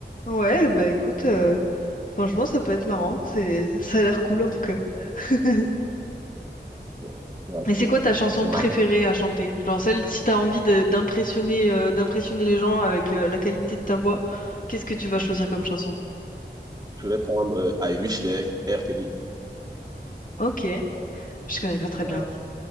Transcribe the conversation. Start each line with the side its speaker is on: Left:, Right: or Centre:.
Left: Ouais, bah écoute, euh, franchement, ça peut être marrant. C'est, ça a l'air cool en tout cas. <laughs>
Right: Ouais, ouais, Je te rassure.
Left: Et c'est quoi ta chanson
Right: C'est marrant.
Left: préférée à chanter? Genre celle, si t'as envie de- d'impressionner euh, d'impressionner les gens avec euh, la qualité de ta voix, qu'est-ce que tu vas choisir comme chanson?
Right: Je vais prendre euh, I Wish de R. R. Kelly.
Left: Ok, je connais pas très
Right: Ouais.
Left: bien.